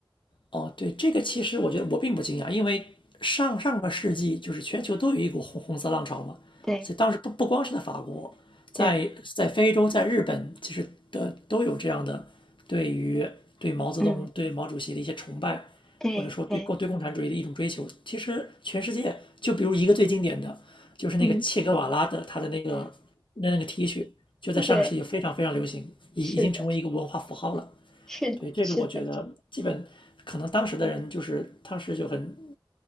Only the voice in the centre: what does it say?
对
对，
嗯，
对对，
嗯，
对，
是的，是的，
是的。